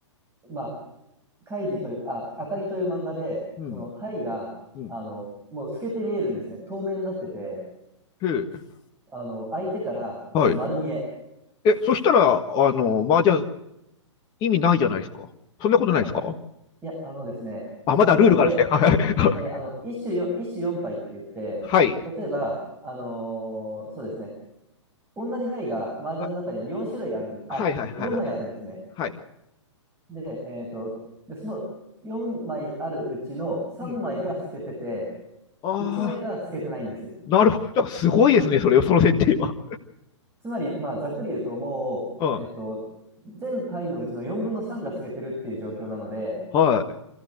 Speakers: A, on the right; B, on the left.
A: ーまあ、カイジという、あ、赤城という漫画で、
B: うん。
A: その、牌が、
B: うん。
A: あの、もう透けて見えるんですね。透明になってて、
B: へえ、
A: あの、相手から、もう丸見え。
B: はい。え、そしたら、あの、麻雀意味ないじゃないですか。そんなことないですか
A: はい。いや、あのですね、
B: あ、まだルールがあるんですね。
A: 麻雀って、えーあの一種よ一種四牌って言って例えば、
B: <laughs> はい
A: あのーそうですね同じ牌が麻雀の中には4種類あるんであ4枚あるんですね
B: はい。はい。はいはいはいはい。はい。
A: で、えーと、でその4枚あるうちの3枚が透けてて
B: うん。ああ、
A: 1枚が透けてないんです
B: なるほど。だからすごいですね、それ、その設定は。
A: つまり、まあ、ざっくり言うともう、
B: うん。
A: えーと、全牌のうちの4分の3が透けてるっていう状況なので
B: はい。